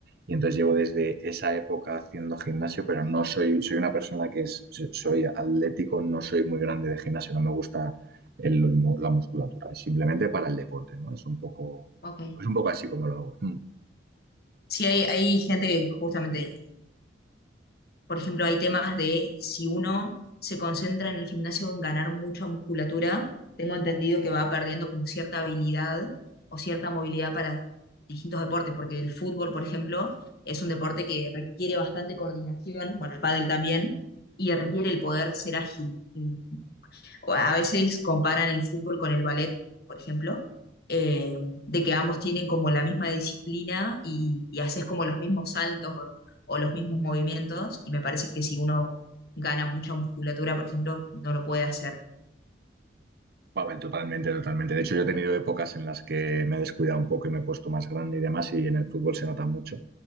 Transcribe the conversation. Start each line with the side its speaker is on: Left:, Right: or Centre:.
Right: y entonces llevo desde esa época haciendo gimnasio, pero no soy, soy una persona que es, so, soy atlético, no soy muy grande de gimnasio, no me gusta el- la musculatura, es simplemente para el deporte, ¿no? Es un poco,
Left: ok.
Right: es un poco así como lo hago. Mm.
Left: Sí, hay, hay gente que justamente Por ejemplo, hay temas de si uno se concentra en el gimnasio en ganar mucha musculatura, tengo entendido que va perdiendo como cierta habilidad o cierta movilidad para distintos deportes, porque el fútbol, por ejemplo, es un deporte que requiere bastante coordinación, bueno, el pádel también, y requiere el poder ser ágil, el o a veces comparan el fútbol con el ballet, por ejemplo, eh, de que ambos tienen como la misma disciplina y, y haces como los mismos saltos o, o los mismos movimientos, y me parece que si uno gana mucha musculatura, por ejemplo, no lo puede hacer.
Right: Bueno, totalmente, totalmente. De hecho, yo he tenido épocas en las que me he descuidado un poco y me he puesto más grande y demás, y en el fútbol se nota mucho.